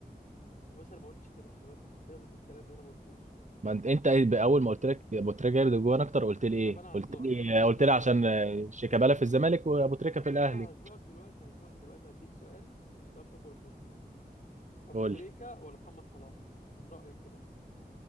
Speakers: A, on the left (about 55°); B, on the right (about 45°).
A: يا باشا انا ما قلتش كده خلي بالك انت كده بتقول كلام هنا ما قلتوش
B: ما انت انت ايه- اول ما قلت لك ابو تريكه جايب جوان اكتر قلت لي ايه
A: طب انا
B: قلت
A: هزنقك
B: لي
A: طب انا هزنقك
B: قلت لي
A: دلوقتي
B: عشان آه، شيكابالا في الزمالك وابو تريكه
A: انا
B: في الاهلي
A: أنا هزنقك دلوقتي هزنقك دلوقتي هديك سؤال مش هتعرف تخرج منه ابو
B: قول
A: تريكة
B: لي
A: ولا محمد صلاح من رأيك كده